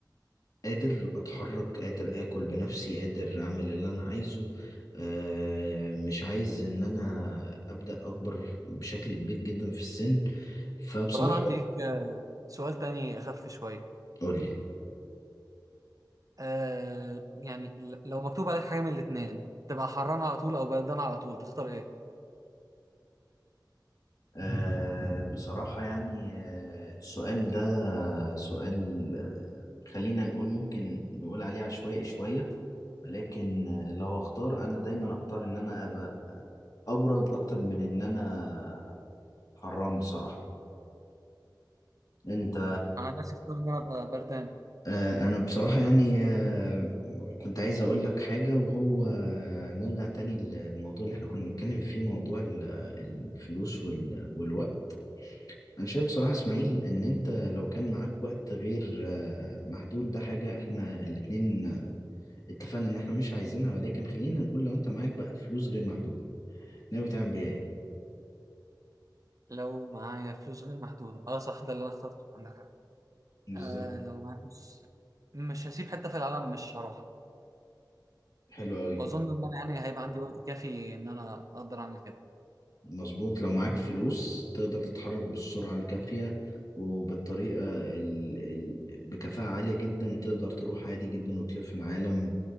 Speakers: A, on the left; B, on the right.
A: قادر اتحرك قادر اكل بنفسي قادر اعمل اللي انا عايزه آه، مش عايز ان انا ابدا اكبر بشكل كبير جدا في السن فبصراحة
B: طب أنا عندي ليك آه، سؤال تاني أخف شوية
A: قولي
B: آه يعني ل- لو مكتوب عليك حاجة من الاتنين تبقى حران على طول أو بردان على طول تختار إيه؟
A: آه بصراحة يعني آه السؤال ده سؤال آه خلينا نقول ممكن نقول عليه عشوائي شوية ولكن آه لو اختار انا دايما اختار ان انا ابقى ابرد اكتر من ان انا حرام بصراحة انت
B: أنا عن نفسي أختار إن أنا أبقى بردان
A: آه، انا بصراحة يعني آه، كنت عايز اقول لك حاجة وهو نرجع تاني للموضوع اللي احنا كنا بنتكلم فيه موضوع ال- الفلوس وال- والوقت انا شايف بصراحة اسماعيل ان انت لو كان معاك وقت غير آه، محدود ده حاجة احنا الاتنين اتفقنا ان احنا مش عايزينها ولكن خلينا نقول لو انت معاك بقى فلوس غير محدودة ناوي تعمل بيها ايه
B: لو معايا فلوس غير محدودة أه صح ده اللي أنا اخترته عندك حق
A: بالظبط
B: آه لو معايا فلوس مش هسيب حتة في العالم مش هروحها
A: حلو قوي
B: وأظن إن أنا يعني هيبقى عندي وقت كافي إن أنا أقدر أعمل كده
A: مظبوط لو معاك فلوس تقدر تتحرك بالسرعة الكافية وبالطريقة ال... ال... بكفاءة عالية جدا تقدر تروح عادي جدا وتلف العالم